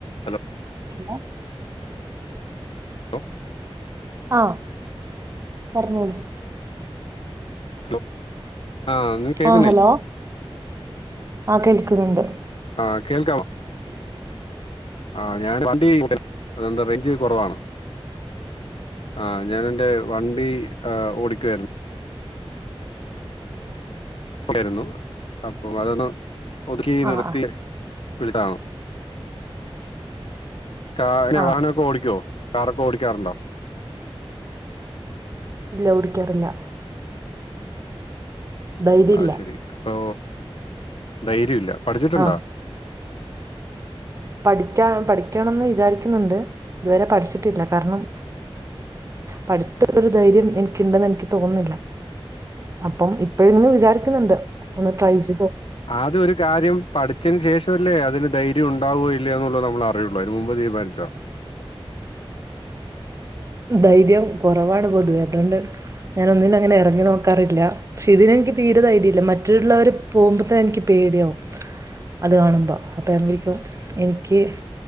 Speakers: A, on the left (about 65°); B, on the right (about 30°).
A: Hello
B: hello
A: hello
B: ആഹ് പറഞ്ഞോളൂ.
A: Hello, ആഹ്, നി കേൾക്കുന്നില്ലേ?
B: ആഹ് ഹലോ ആഹ്, കേൾക്കുന്നുണ്ട്.
A: ആഹ്, കേൾക്കാവോ?
B: യെസ്
A: ആഹ്, ഞാൻ വണ്ടി <unintelligible> അത്കൊണ്ട് റേഞ്ച് കുറവാണ്. ആഹ്, ഞാന് എന്റെ വണ്ടി ആഹ് ഓടിക്കുവായിരുന്നു. രുന്നു അപ്പൊ അതൊന്ന് ഒതുക്കി നിർത്തി
B: ആഹ് ആഹ്
A: വിളിചതാണ്. കാ
B: ആഹ്
A: വാഹനമൊക്കെ ഓടിക്കുവോ? കാറൊക്കെ ഓടിക്കാറുണ്ടോ?
B: ഇല്ല ഓടി ക്കാറില്ല. ധൈര്യം
A: അത്
B: ഇല്ല
A: ശരി, അപ്പൊ ധൈര്യല്ല. പഠിച്ചിട്ടുണ്ടോ?
B: ആഹ് പഠിക്കാ പഠിക്കണംന്ന് വിചാരിക്കുന്നുണ്ട്, ഇതുവരെ പഠിച്ചിട്ടില്ല. കാരണം പഠിത്തതിനൊരു ധൈര്യം എനിക്കുണ്ടെന്ന് എനിക്ക് തോന്നുന്നില്ല. അപ്പം ഇപ്പോഴ്ന്ന് വിചാരിക്കുന്നുണ്ട് ഒന്ന് ട്രൈ ചെയ്തോ.
A: ആദ്യ ഒരു കാര്യം പഠിച്ചതിന് ശേഷമല്ലേ അതിന് ധൈര്യം ഉണ്ടാവുകയോ ഇല്ലേ എന്നുള്ളൂ നമ്മള് റിയുള്ളൂ അതിന് മുൻപ് തീരുമാനിച്ചോ?
B: ധൈര്യം കുറവാണ് പൊതുവെ, അതുകൊണ്ട് ഞൻ ഒന്നിനും അങ്ങനെ ഇറങ്ങി നോക്കാറില്ല. പക്ഷെ ഇതിനെ നിക്ക് തീര ധൈര്യല്ല. മറ്റൊള്ളവര് പോകുമ്പോത്തെന്നെ എനിക്ക് പേടിയാവും. അത് കാണുമ്പോ അപ്പൊ <unintelligible> എനിക്ക്.